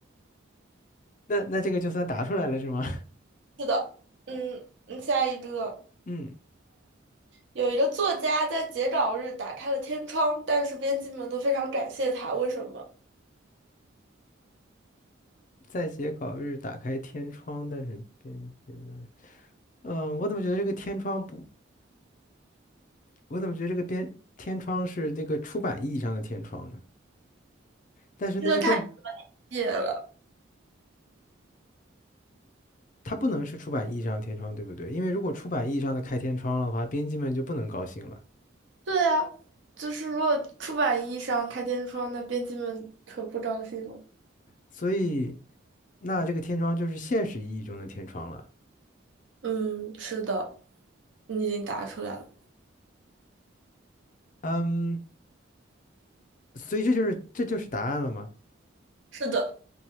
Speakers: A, on the left; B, on the right.
A: 那那这个就算答出来了是吗？
B: 是的，嗯嗯，下一个。
A: <laughs> 嗯，
B: 有一个作家在截稿日打开了天窗，但是编辑们都非常感谢他，为什么？
A: 在截稿日打开天窗，但是编辑们，嗯、我怎么觉得这个天窗不，我怎么觉得这个编天窗是这个出版意义上的天窗呢？但是那就更，
B: 这就太野了。
A: 它不能是出版意义上的天窗，对不对？因为如果出版意义上的开天窗了的话，编辑们就不能高兴了。
B: 对啊，就是如果出版意义上开天窗，那编辑们可不高兴了。
A: 所以，那这个天窗就是现实意义中的天窗了。
B: 嗯，是的，你已经答出来了。
A: 嗯，所以这就是这就是答案了吗？
B: 是的，